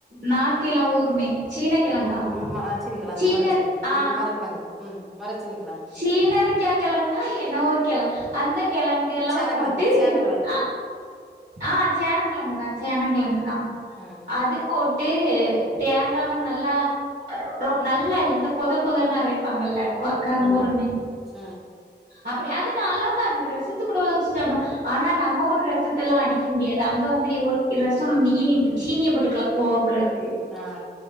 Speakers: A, on the right; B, in the centre.
A: நாக்கெல்லா ஊறுமே சீனக்கெழங்கா
B: ம் ம் ம் ம சீனிக்கெழங்கு
A: சீன
B: மரச்சீனிக்
A: ஆ
B: ம் மரக்கெழங்கு ம் மரச்சீனிக்கெழங்கு
A: சீனரிக்கா கெழங்கா என்னவோ ஒரு கெழ அந்த கெழங் கெல்லா
B: சேனக்கெழங்கு
A: போட்டு
B: சேனக்கெழங்கு
A: அ ஆ சேனங்கெழங்கு தா சேனங்கெழங்கு
B: ம்
A: தா
B: ம்
A: அது போட் டு தேங்காவ நல்லா ரொ நல்லா இல்ல இந்த கொத கொதன் அரைப்பாங்கல்ல கோ கருமுருன்னு
B: ஆமா ம்
A: அப்படி அது நல்லாதா இருந்து ரசத்து கூட வச்சு சாப்ட ஆனா நம்ம ஊர் ரசத்தெல்லா அடிக்க முடியாது அங்க வந்து ஓர் ர சோ வந்து இனிப்பு சீனிய போட்டுக் கலக்குவாப்புல இருக்கு
B: ஆ